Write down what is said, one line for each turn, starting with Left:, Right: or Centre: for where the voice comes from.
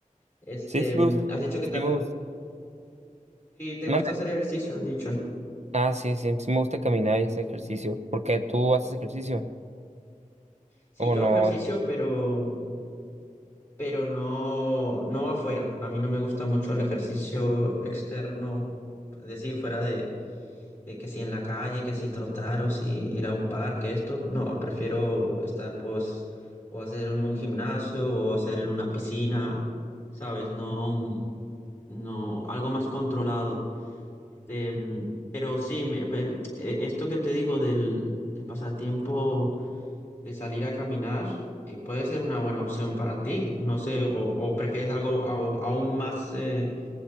Left: Este,
Right: Sí, sí
Left: mm,
Right: me gusta.
Left: has dicho que
Right: Sí
Left: también
Right: me gusta.
Left: sí te
Right: Mande.
Left: gusta hacer ejercicio, has dicho, ¿no?
Right: Ah, sí, sí, sí me gusta caminar y ese ejercicio. Porque tú haces ejercicio
Left: Sí,
Right: o
Left: yo
Right: no.
Left: hago ejercicio, pero, pero no, no afuera. A mí no me gusta mucho el ejercicio externo, es decir, fuera de, de que si en la calle, que si trotar o si ir a un parque, esto. No, prefiero estar, pues, o hacer en un gimnasio o hacer en una piscina, ¿sabes? No, no, algo más controlado. Este, mm, pero sí, me- pe- e- esto que te digo del, del pasatiempo de salir a caminar eh, puede ser una buena opción para ti. No sé, o, o prefieres algo au- aún más eh,